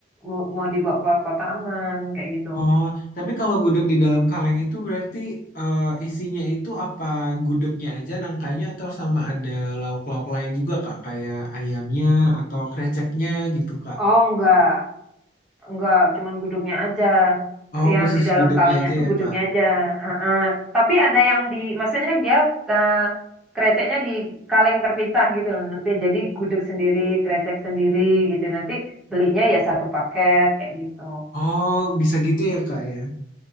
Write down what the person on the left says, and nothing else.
Oh tapi kalau gudeg di dalam kaleng itu berarti eh, isinya itu apa gudegnya aja nangkanya atau sama ada lauk-lauk lain juga Kak? Kayak ayamnya atau kreceknya gitu Kak?
Oh,
khusus
gudegnya
aja
ya,
Kak.
Oh, bisa gitu ya, Kak ya.